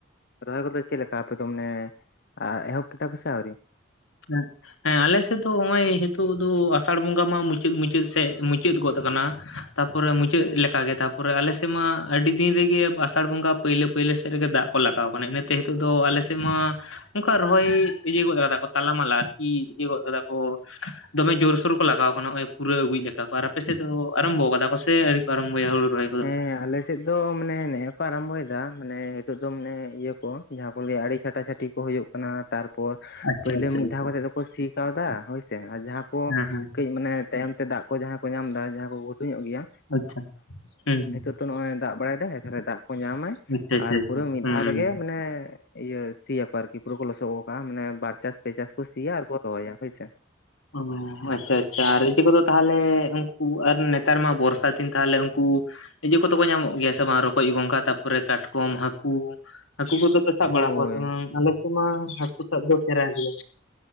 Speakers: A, on the left (about 55°); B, on the left (about 85°).
A: ᱨᱚᱦᱚᱭ ᱠᱚᱫᱚ ᱪᱮᱫ ᱞᱮᱠᱟ ᱟᱯᱮ ᱫᱚ ᱢᱟᱱᱮ ᱮᱦᱚᱵ ᱠᱮᱫᱟ ᱯᱮᱥᱮ ᱟᱹᱣᱨᱤ
B: <inaudible> ᱦᱮᱸ ᱟᱞᱮ ᱥᱮᱫ ᱫᱚ ᱱᱚᱜᱼᱚᱭ ᱱᱤᱛᱚᱜ ᱫᱚ ᱟᱥᱟᱲ ᱵᱚᱸᱜᱟ ᱢᱟ ᱢᱩᱪᱟᱹᱫ ᱢᱩᱪᱟᱹᱫ ᱥᱮᱫ ᱢᱩᱪᱟᱹᱫ ᱜᱚᱫ ᱟᱠᱟᱱᱟ ᱛᱟᱯᱚᱨᱮ ᱢᱩᱪᱟᱹᱫ ᱞᱮᱠᱟᱜᱮ ᱛᱟᱯᱚᱨᱮ ᱟᱞᱮᱥᱮᱫ ᱢᱟ ᱟᱹᱰᱤ ᱫᱤᱱ ᱨᱮᱜᱮ ᱟᱥᱟᱲ ᱵᱚᱸᱜᱟ ᱯᱟᱹᱭᱞᱟᱹ ᱯᱟᱹᱭᱞᱟᱹ ᱥᱮᱫ ᱨᱮᱜᱮ ᱫᱟᱜ ᱠᱚ ᱞᱟᱜᱟᱣ ᱠᱟᱱᱟ ᱤᱱᱟᱹᱛᱮ ᱱᱤᱛᱚᱜ ᱫᱚ ᱟᱞᱮᱥᱮᱫ ᱢᱟ ᱚᱱᱠᱟ ᱨᱚᱦᱚᱭ ᱤᱭᱟᱹ ᱜᱚᱫ ᱟᱠᱟᱫᱟ‌ ᱠᱚ᱾ ᱛᱟᱞᱞᱟ ᱢᱟᱞ ᱟᱨᱠᱤ ᱤᱭᱟᱹ ᱜᱚᱫ ᱠᱟᱫᱟ ᱠᱚ ᱫᱚᱢᱮ ᱡᱳᱨᱥᱳᱨ ᱠᱚ ᱞᱟᱜᱟᱣ ᱠᱟᱱᱟ ᱱᱚᱜᱼᱚᱭ ᱯᱩᱨᱟᱹ ᱟᱹᱩᱭ ᱞᱮᱠᱟ ᱠᱚ ᱟᱨ ᱟᱯᱮ ᱥᱮᱫ ᱫᱚ ᱟᱨᱟᱢᱵᱚ ᱠᱟᱫᱟ ᱠᱚ ᱥᱮ ᱟᱣᱨᱤ ᱠᱚ ᱟᱨᱟᱢᱵᱚᱭᱟ ᱦᱲᱩ ᱨᱚᱦᱚᱭ ᱠᱚᱫᱚ?
A: ᱦᱮᱸ ᱟᱞᱮᱥᱮᱫ ᱫᱚ ᱢᱟᱱᱮ ᱱᱮᱜᱤᱭᱟᱹ ᱠᱚ ᱟᱨᱟᱢᱵᱷᱚᱭᱮᱫᱟ ᱢᱟᱱᱮ ᱱᱤᱛᱚᱜ ᱫᱚ ᱢᱟᱱᱮ ᱤᱭᱟᱹ ᱠᱚ ᱡᱟᱦᱟᱸ ᱠᱚ ᱞᱟᱹᱭᱟ ᱟᱹᱰᱤᱲ ᱪᱷᱟᱴᱟ ᱪᱷᱟᱴᱤ ᱠᱚ ᱦᱩᱭᱩᱜ ᱠᱟᱱᱟ ᱛᱟᱨᱯᱚᱨ
B: ᱟᱪᱪᱷᱟ
A: ᱯᱩᱭᱞᱳ
B: ᱟᱪᱪᱷᱟ
A: ᱢᱤᱫ
B: ᱟᱪᱪᱷᱟ
A: ᱫᱷᱟᱣ ᱠᱟᱛᱮ ᱫᱚ᱾ ᱥᱤ ᱠᱟᱣᱫᱟ ᱦᱳᱭᱥᱮ ᱟᱨ ᱡᱟᱦᱟᱸ ᱠᱚ
B: ᱦᱮᱸ ᱦᱮᱸ
A: ᱠᱟᱹᱡ ᱢᱟᱱᱮ ᱛᱟᱭᱚᱢ ᱛᱮ ᱫᱟᱜ᱾ ᱠᱚ ᱡᱟᱦᱟᱸᱭ ᱠᱚ ᱧᱟᱢ ᱮᱫᱟ ᱡᱟᱦᱟᱸ ᱠᱚ ᱜᱷᱩᱧᱚᱜ ᱜᱮᱭᱟ᱾
B: ᱟᱪᱪᱷᱟ ᱦᱮᱸ ᱦᱮᱸ
A: ᱛᱚ ᱱᱚᱜᱚᱭ ᱫᱟᱜ ᱵᱟᱲᱟᱭᱮᱫᱟᱭ ᱮᱮ ᱫᱟᱜ ᱠᱚ ᱧᱟᱢᱟᱭ
B: ᱟᱪᱪᱷᱟ ᱟᱪᱪᱷᱟ
A: ᱟᱨ
B: ᱟᱪᱪᱷᱟ
A: ᱯᱩᱨᱟᱹ ᱢᱤᱫ
B: ᱦᱩᱸ
A: ᱫᱷᱟᱣ ᱨᱮᱜᱮ ᱢᱟᱱᱮ ᱤᱭᱟᱹ ᱥᱤᱭᱟ ᱵᱟᱲᱜᱤ ᱯᱩᱨᱟᱹ ᱠᱚ ᱞᱚᱥᱚᱜ ᱜᱚᱜ ᱠᱟᱜᱼᱟ ᱢᱟᱱᱮ ᱵᱟᱨ ᱪᱟᱥ ᱯᱮ ᱪᱟᱥ ᱠᱚ ᱥᱤᱭᱟ ᱟᱨ ᱟᱵᱚ ᱫᱚᱦᱚᱭᱟ, ᱦᱳᱭ ᱥᱮ᱾
B: ᱚᱻ ᱟᱪᱪᱷᱟᱭᱤᱪ ᱪᱷᱟ ᱨᱤᱛᱤ ᱠᱚᱫᱚ ᱛᱟᱦᱚᱞᱮ ᱩᱱᱠᱩ ᱟᱨ ᱱᱮᱛᱟᱨ ᱢᱟ ᱵᱚᱨᱥᱟ ᱫᱤᱱ ᱛᱟᱦᱚᱞᱮ ᱩᱱᱠᱩ ᱤᱡᱟᱹ ᱠᱚᱫᱚ ᱠᱚ ᱧᱟᱢᱚᱜ ᱜᱮᱭᱟ ᱥᱮ ᱵᱟᱝ ᱨᱚᱠᱚᱡ, ᱜᱚᱸᱜᱷᱟ ᱛᱟᱯᱚᱨᱮ ᱠᱟᱴᱠᱚᱢ ᱦᱟᱹᱠᱩ ᱦᱟᱹᱠᱩ ᱠᱚᱫᱚ ᱯᱮ ᱥᱟᱵ
A: ᱦᱳᱭ
B: ᱵᱟᱲᱟ ᱠᱚᱣᱟ ᱥᱮ ᱵᱟᱝ ᱟᱞᱮ ᱠᱩᱢᱟ ᱢᱟ ᱦᱟᱹᱠᱩ ᱥᱟᱵ ᱫᱚ ᱥᱮᱨᱟ ᱜᱮᱭᱟ